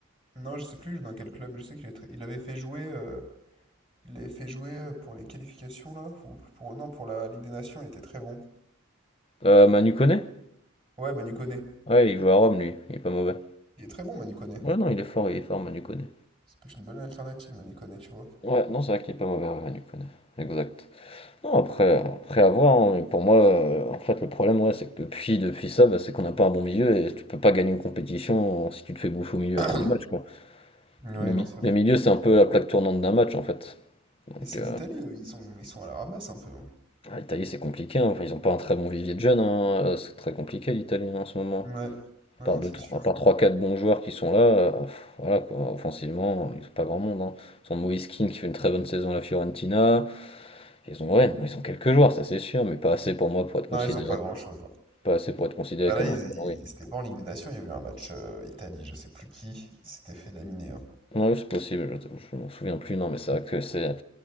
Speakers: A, on the right (about 25°); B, on the left (about 25°).
A: Non, je sais plus il joue dans quel club, mais je sais qu'il est très- il avait fait jouer, euh, il l'avait fait jouer euh, pour les qualifications là, ou pour non pour la Ligue des Nations, il était très bon.
B: Euh, Manu Koné?
A: Ouais, Manu Koné.
B: Ouais, il joue à Rome, lui. Il est pas mauvais.
A: Il est très bon, Manu Koné.
B: Ouais, non, il est fort, il est fort, Manu Koné.
A: C'est peut-être une bonne alternative, Manu Koné, tu vois.
B: Ouais, non, c'est vrai qu'il est pas mauvais, ouais, Manu Koné. Exact. Non, après, euh, après à voir, hein, mais pour moi, euh, en fait, le problème, ouais, c'est que depuis, depuis ça, bah, c'est qu'on n'a pas un bon milieu et tu peux pas gagner une compétition si tu te fais bouffer
A: <clears throat>
B: au milieu à tous les matchs, quoi.
A: Ouais,
B: Le,
A: non,
B: mi-
A: c'est vrai.
B: le milieu, c'est un peu la plaque tournante d'un match, en fait. Donc,
A: Et c'est
B: euh,
A: l'Italie, eux, ils sont, ils sont à la ramasse un peu. hein.
B: Ah, L'Italie, c'est compliqué, hein. Enfin, ils n'ont pas un très bon vivier de jeunes, hein. Euh, C'est très compliqué l'Italie hein, en ce moment.
A: Ouais. Non,
B: Par
A: non,
B: deux,
A: c'est
B: trois,
A: sûr.
B: par trois, quatre bons joueurs qui sont là, euh, pff, voilà quoi. Offensivement, ils n'ont pas grand monde. Hein. Ils ont Moïskine qui fait une très bonne saison à la Fiorentina. Ils ont, ouais, ils ont quelques joueurs, ça c'est sûr, mais pas assez pour moi pour être
A: Non,
B: considéré,
A: ils ont pas grand-chose. hein.
B: pas assez pour être considéré
A: Bah là,
B: comme
A: ils,
B: un favori.
A: ils- c'était pas en Ligue des Nations, il y avait un match euh, Italie, je sais plus qui, il s'était fait laminer. hein.
B: Non, oui, c'est possible, je, je m'en souviens plus, non, mais c'est vrai que c'est.